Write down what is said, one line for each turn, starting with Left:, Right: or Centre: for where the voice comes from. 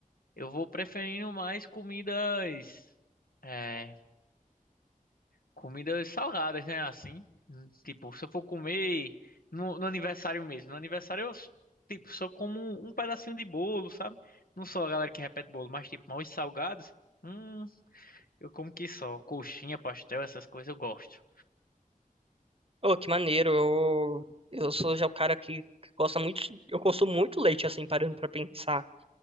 Left: eu vou preferindo mais comidas, é, comidas salgadas, né? Assim, Hum, tipo, se eu for comer no, no aniversário mesmo, no aniversário eu tipo só como um pedacinho de bolo, sabe? Não sou a galera que repete bolo, mas tipo, mais salgados, hum, eu como que só coxinha, pastel, essas coisas eu gosto.
Right: Oh, que maneiro. Eu, eu sou já o cara que, que gosta muito. de- Eu consumo muito leite, assim, parando pra pensar.